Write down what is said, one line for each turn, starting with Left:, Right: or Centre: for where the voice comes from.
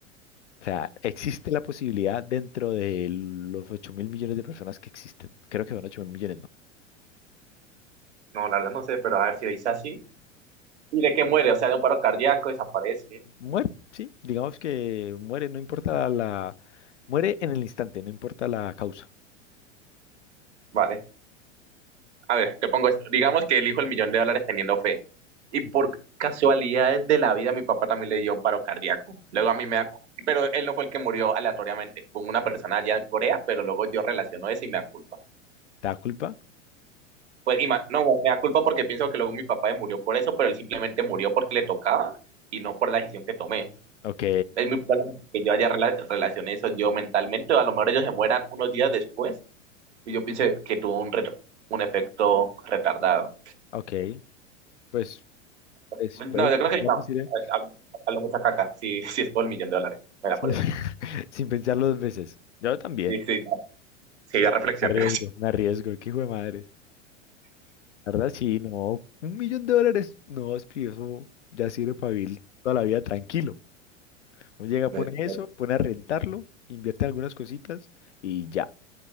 Left: O sea, existe la posibilidad dentro de los ocho mil millones de personas que existen. Creo que son ocho mil millones, ¿no?
Right: No, la verdad no sé, pero a ver si dice así. ¿Y de qué muere? O sea, de un paro cardíaco, desaparece.
Left: Muere, sí. Digamos que muere, no importa la... Muere en el instante, no importa la causa.
Right: Vale. A ver, te pongo esto. Digamos que elijo el millón de dólares teniendo fe. Y por
Left: Ujú.
Right: casualidades de la vida, mi papá también le dio un paro cardíaco. Luego a mí me da... cu- Pero él no fue el que murió aleatoriamente. Fue una persona allá en Corea, pero luego yo relaciono eso y me da culpa.
Left: ¿Te da culpa?
Right: Pues y ma- no, me da culpa porque pienso que luego mi papá se murió por eso, pero él simplemente murió porque le tocaba y no por la decisión que tomé.
Left: Ok,
Right: Es muy probable que yo haya rela- relacioné eso yo mentalmente, o a lo mejor ellos se mueran unos días después y yo piense que tuvo un, reto- un efecto retardado.
Left: ok. Pues, pues
Right: No,
Left: puede existir
Right: yo creo que
Left: la
Right: no.
Left: posibilidad
Right: A- a- Hablo mucha caca. Si, si es por el millón de dólares, me la
Left: sí,
Right: juego.
Left: <laughs> sin pensarlo dos veces. Yo también.
Right: Sí, sí, no. sí,
Left: ya,
Right: ya reflexioné.
Left: Arriesgo,
Right: <laughs>
Left: me arriesgo. Qué hijo de madre. La verdad, sí, no. Un millón de dólares. No, es que eso ya sirve para vivir toda la vida tranquilo. Uno llega,
Right: Me-
Left: pone
Right: me-
Left: eso, pone a rentarlo, invierte algunas cositas y ya,